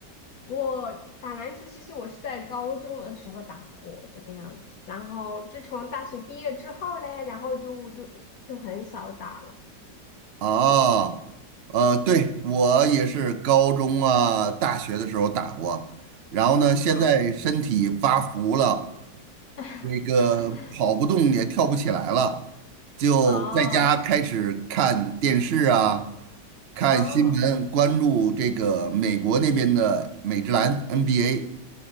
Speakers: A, on the left (about 65°); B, on the right (about 85°).
A: 我打篮球，其实我是在高中的时候打过这个样子，然后自从大学毕业之后嘞，然后就就就很少打了。
B: 啊，呃，对，我也是高中啊、大学的时候打过，然后呢，现在身体发福了，
A: 哦。<laughs>
B: 那个跑不动也跳不起来了，就在家开始看电视啊，
A: 哦
B: 看新闻，
A: 哦
B: 关注这个美国那边的美职篮 NBA。